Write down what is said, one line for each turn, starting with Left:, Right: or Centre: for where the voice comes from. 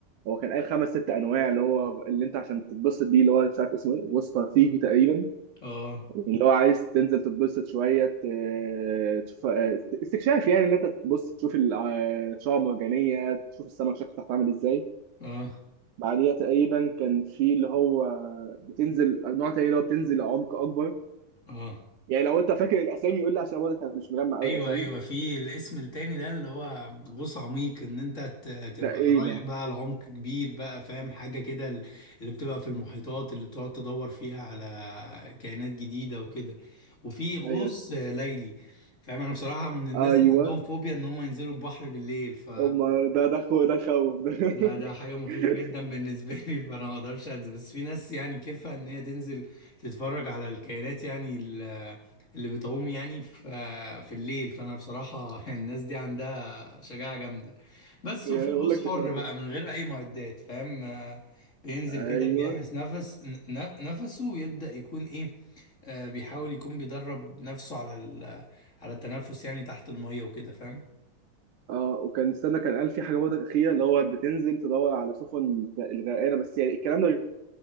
Right: هو كان قال خمس ست انواع اللي هو اللي انت عشان تتبسط بيه اللي هو مش عارف اسمه ايه وسط ترفيهي تقريبا
Left: اه
Right: اللي هو عايز تنزل تتبسط شويه ت- تشوف استكشاف يعني اللي انت تبص تشوف الع- شعاب مرجانيه تشوف السمك شكله تحت عامل ازاي
Left: اه
Right: بعديها تقريبا كان في اللي هو بتنزل نوع تاني اللي هو بتنزل لعمق اكبر
Left: اه
Right: يعني لو انت فاكر الاسامي قول لي عشان واضح انا مش مجمع قوي
Left: ايوه
Right: الاسامي
Left: ايوه في الاسم التاني ده اللي هو غوص عميق ان انت ت- تبقى
Right: تقريبا
Left: رايح بقى لعمق كبير بقى فاهم حاجه كده ال- اللي بتبقى في المحيطات اللي بتقعد تدور فيها على كائنات جديده وكده وفي غوص
Right: ايوه
Left: ليلي فاهم انا بصراحه من الناس
Right: ايوه
Left: اللي عندهم فوبيا ان هم ينزلوا البحر بالليل ف
Right: هم ده ده خو- ده خوف ده <laughs>
Left: ده ده حاجة مخيفة جدا بالنسبة لي فأنا ما أقدرش أنزل بس في ناس يعني كيفها إن هي تنزل تتفرج على الكائنات يعني ال- اللي بتعوم يعني ف- في الليل فأنا بصراحة <laughs> الناس دي عندها شجاعة جامدة بس
Right: يعني
Left: وفي غوص
Right: بقول لك
Left: حر
Right: تخاف
Left: بقى من غير أي معدات فاهم آه، بينزل
Right: ايوه
Left: كده بيحبس نفس ن- ن- نفسه ويبدأ يكون إيه آه، بيحاول يكون بيدرب نفسه على ال- على التنفس يعني تحت المية وكده فاهم
Right: اه وكان استنى كان قال في حاجه برضه اخيره اللي هو بتنزل تدور على سفن غ- الغرقانه بس يعني الكلام ده